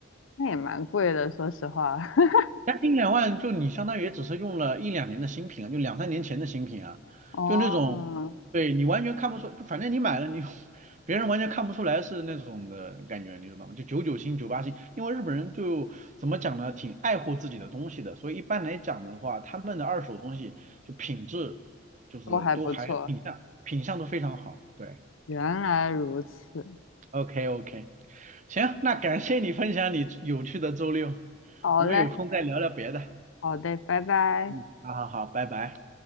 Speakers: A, on the left; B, on the right.
A: 那也蛮贵的，说实话。<laughs>
B: 将近两万，就你相当于也只是用了一两年的新品啊，就两三年前的新品啊，
A: 哦，
B: 就那种，对你完全看不出，就反正你买了你，<laughs> 别人完全看不出来是那种的感觉，你知道吗？就九九新、九八新，因为日本人就怎么讲呢，挺爱护自己的东西的，所以一般来讲的话，他们的二手东西就品质就是都还品相品相都非常好，
A: 都还不错，
B: 对
A: 原来如此。
B: ，OK OK，行，那感谢你分享你有趣的周六，
A: 好嘞，
B: 我们有空再聊聊别的，
A: 好的，拜拜。
B: 嗯，好好好，拜拜。